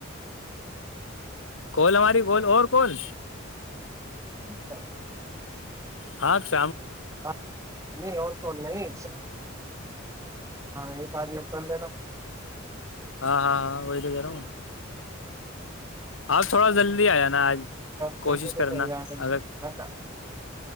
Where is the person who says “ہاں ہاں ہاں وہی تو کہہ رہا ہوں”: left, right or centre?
Left